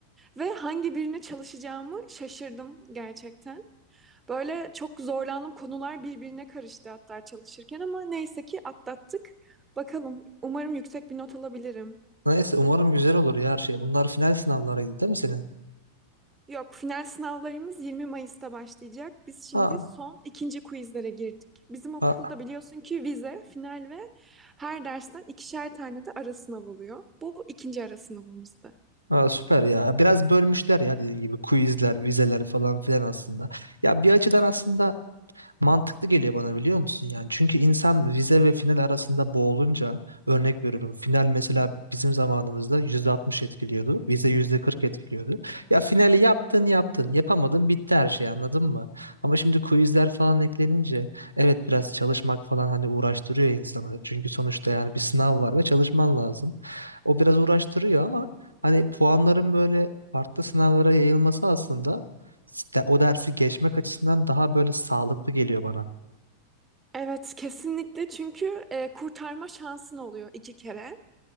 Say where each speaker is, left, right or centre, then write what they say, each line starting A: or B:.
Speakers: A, on the right; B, on the right.
A: ve hangi birine çalışacağımı şaşırdım gerçekten. Böyle çok zorlandığım konular birbirine karıştı hatta çalışırken ama neyse ki atlattık. Bakalım umarım yüksek bir not alabilirim.
B: Neyse umarım güzel olur ya her şey. Bunlar final sınavlarıydı değil mi senin?
A: Yok final sınavlarımız 20 Mayıs'ta başlayacak. Biz şimdi
B: Ha,
A: son ikinci quizlere girdik. Bizim okulda
B: ha.
A: biliyorsun ki vize, final ve her dersten ikişer tane de ara sınav oluyor. Bu ikinci ara sınavımızdı.
B: Ha, süper ya. Biraz bölmüşler ya dediğin gibi quizler, vizeler falan filan aslında. Ya bir açıdan aslında mantıklı geliyor bana biliyor musun yani? Çünkü insan vize ve final arasında boğulunca örnek veriyorum. Final mesela bizim zamanımızda %60 etkiliyordu. Vize %40 etkiliyordu. Ya finali yaptın yaptın. Yapamadın bitti her şey anladın mı? Ama şimdi quizler falan eklenince evet biraz çalışmak falan hani uğraştırıyor insanı. Çünkü sonuçta yani bir sınav var ve çalışman lazım. O biraz uğraştırıyor ama hani puanların böyle farklı sınavlara yayılması aslında Ste- O dersi geçmek açısından daha böyle sağlıklı geliyor bana.
A: Evet, kesinlikle çünkü e, kurtarma şansın oluyor iki kere